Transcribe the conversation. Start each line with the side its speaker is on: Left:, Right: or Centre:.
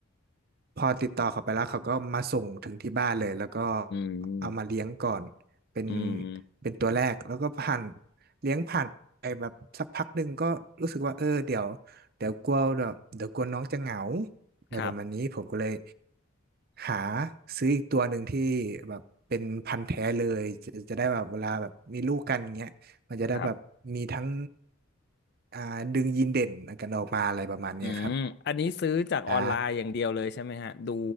Right: พอติดต่อเขาไปแล้วเขาก็มาส่งถึงที่บ้านเลยแล้วก็
Left: อืม
Right: เอามาเลี้ยงก่อนเป็น
Left: อืม
Right: เป็นตัวแรกแล้วก็ผ่านเลี้ยงผ่านไปแบบสักพักหนึ่งก็รู้สึกว่าเออเดี๋ยวเดี๋ยวกลัวแบบเดี๋ยวกลัวน้องจะเหงาอะไรประมาณนี้ผมก็เลย
Left: ครับ
Right: หาซื้ออีกตัวหนึ่งที่แบบเป็นพันธุ์แท้เลยจะจะได้แบบเวลาแบบมีลูกกันเงี้ยมันจะได้แบบมีทั้ง
Left: ครับ
Right: อ่าดึงยีนเด่นกันออกมาอะไรประมาณเนี้ยครับ
Left: อืม อันนี้ซื้อจากออนไลน์อย่างเดียวเลยใช่ไหมฮะดู
Right: ได้